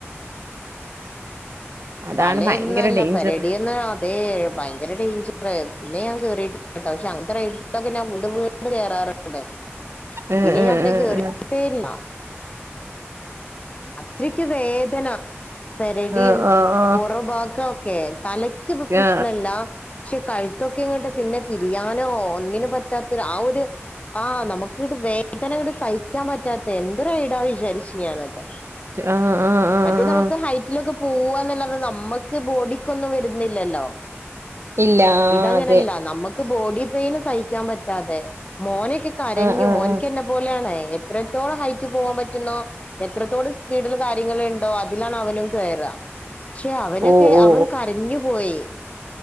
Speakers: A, on the right; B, on the left.
A: അതാണ്
B: തലെന്നല്ല
A: ഭയങ്കര ഡേഞ്ചർ
B: പെരടിയന്നാ അതെ ഭയങ്കര ടെയിഞ്ചറ് പിന്നെ ഞാൻ കേറിട്ടി ട്ടോ പഷേ അ <unintelligible> കേറാറുണ്ട്
A: ഏ
B: ഇതില്
A: ഏ
B: ഞാൻ പിന്നെ
A: ഏ
B: കേറിട്ടേയില്ല
A: ഏ
B: അത്രക്ക് വേദന പെരടിയും
A: ആ ആ ആ ആ
B: പൊറ ഭാഗോക്കെ തലയ് ക്കിപ്പം പ്രശ്നല്ല
A: ആ
B: പഷേ കഴുത്തൊക്കെ ഇങ്ങോട്ട് പിന്നെ തിരിയാനോ ഒന്നിനും പറ്റാത്ത ആഹ് ഒരു ആഹ് നമുക്ക്ട്ട് വേദന ഇങ്ങട് സഹിക്കാൻ പറ്റാത്ത എന്തൊരു ഇടാ വിചാരിച്ചു ഞാനത്
A: ആ ആ ആ
B: മറ്റേത് നമുക്ക്
A: ആ
B: ഹൈറ്റിലൊക്കെ പോവാന്നല്ലാതെ നമ്മക്ക് ബോഡിക്കൊന്നും വരുന്നില്ലല്ലോ
A: ഇല്ല ആ
B: ഇതങ്ങനല്ല
A: അതെ
B: നമ്മ ക്ക് ബോഡി പെയിന് സഹിക്കാൻ പറ്റാതെ മോനൊക്കെ കരഞ്ഞു
A: ആ ആ
B: മോൻക്ക്
A: ആ
B: എന്നെ പോലെയാണെ എത്രത്തോളം ഹൈറ്റ് പോവാൻ പറ്റുന്നോ എത്രത്തോട് സ്പീടില് കാര്യങ്ങളെണ്ടോ അതിലാണ് അവനും കേറാ ക്ഷേ അവനൊക്കെ
A: ഓ ഓ
B: അവൻ കരഞ്ഞു പോയി